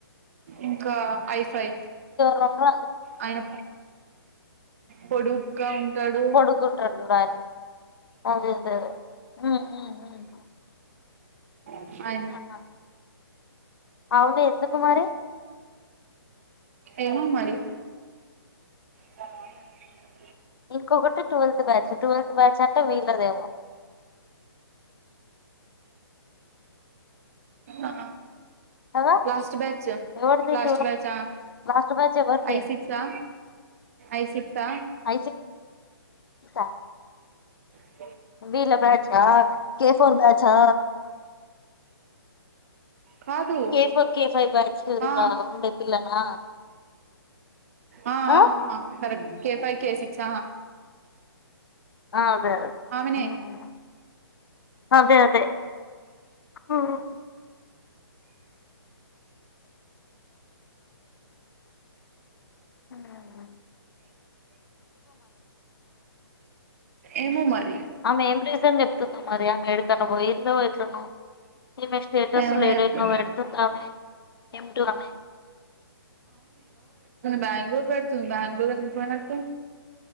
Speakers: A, on the right; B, on the left.
A: ఇంకా ఐఫై
B: రెండు
A: ఆయన పొడుగ్గా ఉంటాడు
B: పొడుగుంటాడు చూడు ఆయన అదే అదే ఉమ్ ఉమ్ ఉమ్
A: ఆ ఆయన
B: ఆహా అవును ఎందుకుమరి
A: ఏమో మరి అ
B: ఇంకొకటి ట్వెల్త్ బ్యాచ్ ట్వెల్త్ బ్యాచ్ అంటే వీళ్లదేమో
A: ఆ
B: కదా
A: లాస్ట్ బ్యాచ్
B: ఎవరిది
A: లాస్ట్
B: ట్వెల్త్
A: బ్యాచ్ ఆ
B: లాస్ట్ బ్యాచ్ ఎవరిది
A: ఐ సిక్సా ఐసిక్సా
B: ఐ సిక్స్ ఆ
A: అ
B: వీళ్ళ బ్యాచా కే ఫోర్ బ్యాచా
A: కాదు
B: K four K five batch
A: ఆ
B: లా ఉండే పిల్లనా
A: ఆఆ
B: ఆ
A: ర కే ఫైవ్ కే సిక్స్హా
B: ఆ, అదే అదే
A: ఆమెని
B: ఉమ్ అదే అదే ఉమ్. హ
A: ఏమో మరి
B: ఆమె ఏం రీజన్ చెప్తుందా మరి ఆమె ఏడికన్నా పోయిందో ఎట్నో ఈమె స్టేటస్
A: ఏమన్నా
B: లేడై
A: చెప్పు
B: ను పెడుతుందా ఆమె ఏమింటో అని
A: బంగూరుర్ పెడుతుంది బంగూరు వనకు